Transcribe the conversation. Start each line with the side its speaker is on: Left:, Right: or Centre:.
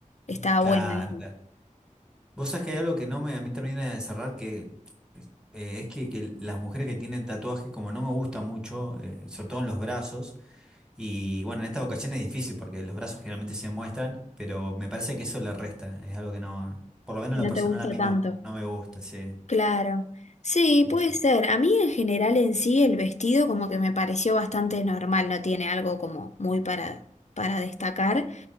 Left: Estaba
Centre: claro,
Left: bueno ese.
Centre: claro. Vos sabés que hay algo que no me, a mí termina de cerrar, que eh, es que, que las mujeres que tienen tatuajes, como no me gusta mucho, eh, sobre todo en los brazos, y bueno, en esta ocasión es difícil porque los brazos generalmente se muestran, pero me parece que eso le resta, es algo que no, por lo menos
Left: Que
Centre: en
Left: no
Centre: lo personal
Left: te gusta
Centre: a mí
Left: tanto.
Centre: no, no me gusta, sí,
Left: Claro. Sí,
Centre: sí,
Left: puede
Centre: sí.
Left: ser. A mí en general en sí el vestido como que me pareció bastante normal, no tiene algo como muy para, para destacar.